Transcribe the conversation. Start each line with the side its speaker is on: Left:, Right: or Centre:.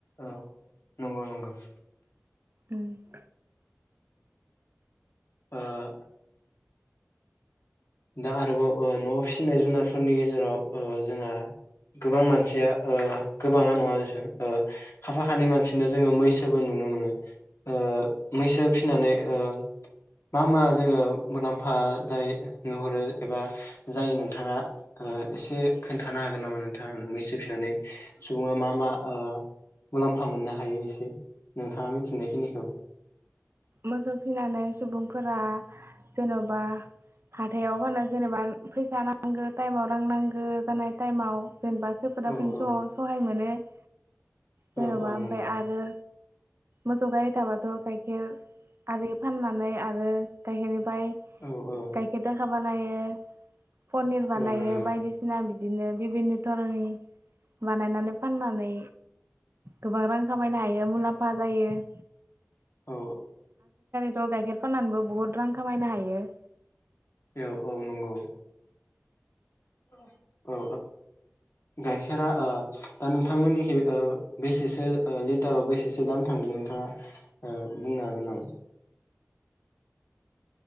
Left: औ नंगौ नंगौ ।
Right: ओं ।
Left: ओ दा आरोबाव ओ न'आव फिसिनाय जुनारफोरनि गेजेराव ओ जोंहा गोबां मानसिया ओ गोबाङा नङा देसं ओ खाफाखानै मानसिनाव जोङो मैसोबो नुनो मोनो ओ मैसो फिसिनानै ओ मा मा जोङो मुलाम्फा जायो नुहुरो एबा जायो नोंथाङा ओ एसे खोन्थानो हागोन नामा नोंथां आंनो मैसो फिसिनानै सुबुङा मा मा ओ मुलाम्फा मोननो हायो एसे नोंथाङा मिथिनाय खिनिखौ ।
Right: मोसौ फिनानै सुबुंफोरा जेन'बा हाथायाव फानो जेनेबा फैसा नांगौ टाइमाव रां नांगौ जानाय टाइमाव जेन'बा खैफोद
Left: औ
Right: आफोदनि
Left: औ
Right: समाव सहाय मोनो । जेन'बा
Left: औ औ
Right: ओमफ्राय
Left: नंगौ
Right: आरो मोसौ गाय दाबा द' गाइखेर आरि फाननानै आरो गाइखेर फाय
Left: औ औ
Right: गायखेर दाखा बानायो । पनिर बानायो
Left: औ नंगौ
Right: बायदिसिना बिब दिनो बिभिन्न धरननि बानायनानै फाननानै गोबां रां खामायनो हायो मुलाम्फा जायो ।
Left: औ
Right: स' गाइखेर फाननानैबो बहुद रां खामायनो हायो ।
Left: औ-औ नंगौ । औ ओ गाइखेरा ओ दा नोंथांमोननिखै ओ बेसेसो ओ लिटाराव बेसेसो दाम थांदों नोंथाङा ओ बुंनो हागोन नामा?